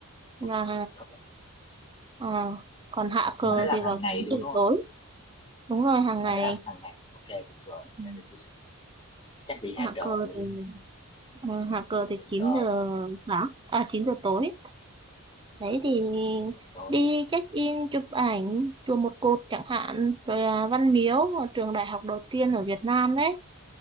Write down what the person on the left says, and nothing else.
không, không,
mà nó làm
hàng
ngày
luôn
đúng không
mà
nó làm hàng ngày ok tuyệt vời
đây là tôi sẽ chắc đi
hạ cờ
để
ừ,
cái
thượng
cờ
và
đúng là tối